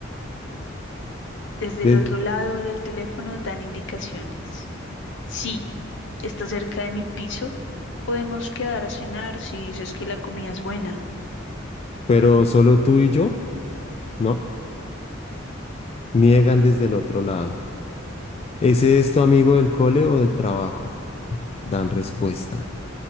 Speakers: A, on the left (about 65°); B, on the left (about 30°).
A: desde
B: De-
A: el otro lado del teléfono dan indicaciones. Sí, está cerca de mi piso. Podemos quedar a cenar si dices que la comida es buena.
B: pero solo tú y yo, ¿no? Niegan desde el otro lado. ¿Ese es tu amigo del cole o del trabajo? Dan respuesta.